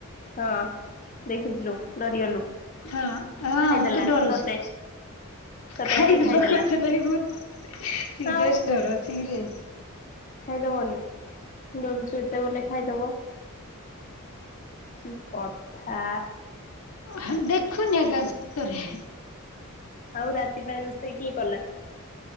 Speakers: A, on the left (about 35°); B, on the left (about 80°).
A: ହଁ, ଦେଖିଥିଲୁ ଡରିଗଲୁ।
B: ହଁ ହଁ
A: ଖାଇଦେଲା
B: ମତେ ଡରୁଛି।
A: ତତେ ତତେ
B: ଖାଇଦବା
A: ଆସି ଖାଇଦେଲା
B: କଥାଯାଇ ମ ସିରେସ
A: ଆଉ
B: ଡର ସିରେସ।
A: ଖାଇଦବନି ଦରୁଛୁ ଏତେବଲେ ଖାଇଦବ। କି କଥା।
B: ଆଃ ଦେଖୁନି ଆଜ୍ଞା ସତରେ।
A: ଆଉ ରାତିପାଇଁ ରୋଷେଇ କିଏ କଲା?